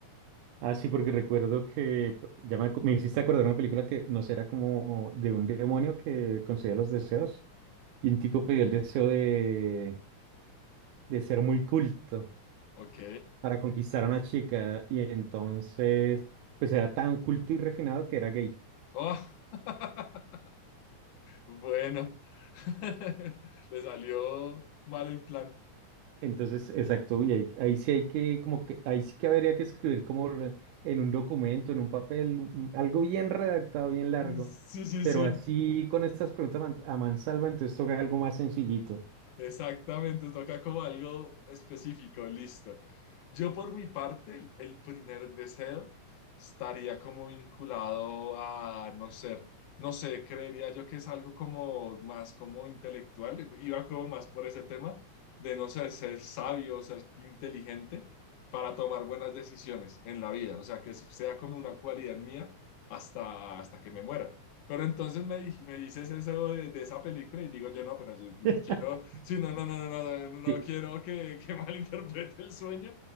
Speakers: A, on the right; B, on the left.
A: Ah, sí, porque recuerdo que pues, ya me, acu- me hiciste acordar una película que no sé, era como de un demonio que concedía los deseos y un tipo pidió el deseo de, de ser muy culto
B: ¿Ok?
A: para conquistar a una chica y entonces pues era tan culto y refinado que era gay.
B: Oh. <laughs> Bueno, <laughs> le salió mal el plan.
A: Entonces, exacto, y ahí, ahí sí hay que, como que, ahí sí que habría que escribir como lo- en un documento, en un papel, un- un- algo bien redactado, bien largo,
B: Sí, sí,
A: pero
B: sí.
A: así con estas preguntas a man- a mansalva, entonces toca algo más sencillito.
B: Exactamente, toca como algo específico, listo. Yo por mi parte, el el primer deseo estaría como vinculado a no ser, no sé, creería yo que es algo como más como intelectual, iba como más por ese tema de no ser, ser sabio, ser inteligente para tomar buenas decisiones en la vida, o sea, que sea como una cualidad mía hasta, hasta que me muera. Pero entonces me, di- me dices eso de, de esa película y digo yo, no, pero yo
A: <laughs>
B: quiero, Sí, no, no, no, no, no, no,
A: Sí,
B: no quiero que, que <laughs> malinterprete el sueño.